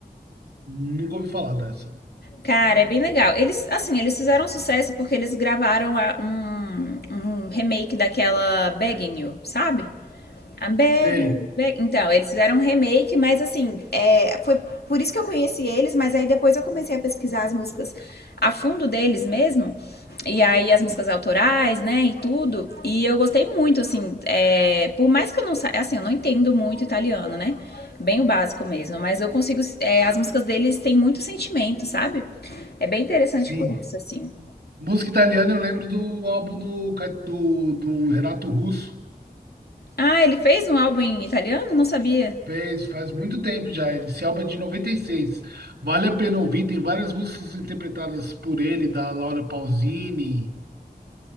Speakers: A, on the right; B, on the left.
A: Nunca ouvi falar dessa.
B: Cara, é bem legal. Eles, assim, eles fizeram sucesso porque eles gravaram a- um, um remake daquela Begging You, sabe? A Begging,
A: Tem,
B: Beg- Então, eles fizeram um remake, mas assim, é, foi por isso que eu conheci eles, mas aí depois eu comecei a pesquisar as músicas a fundo deles mesmo, e aí as músicas autorais, né, e tudo, e eu gostei muito, assim, é, por mais que eu não saiba, assim, eu não entendo muito italiano, né, bem o básico mesmo, mas eu consigo, é, as músicas deles têm muito sentimento, sabe? É bem interessante
A: sim.
B: por isso, assim.
A: Música italiana, eu lembro do álbum do, Ca- do, do Renato Russo.
B: Ah, ele fez um álbum em italiano? Não sabia.
A: Fez, faz muito tempo já, esse álbum é de 96. Vale a pena ouvir, tem várias músicas interpretadas por ele, da Laura Pausini.